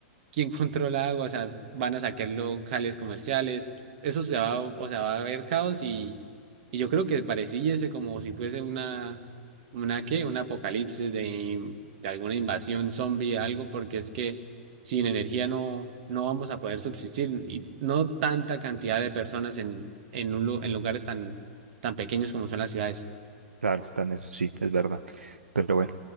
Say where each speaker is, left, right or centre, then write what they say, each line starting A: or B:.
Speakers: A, on the right; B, on the right.
A: quién controla agua, o sea, van a sacar locales comerciales, eso se va, o sea, va a haber caos y, y yo creo que pareciese como si fuese una, una qué, un apocalipsis de, de alguna invasión zombie, algo, porque es que sin energía no, no vamos a poder subsistir y no tanta cantidad de personas en, en, un, lu- en lugares tan, tan pequeños como son las ciudades.
B: Claro, también eso sí, es verdad. Pero bueno,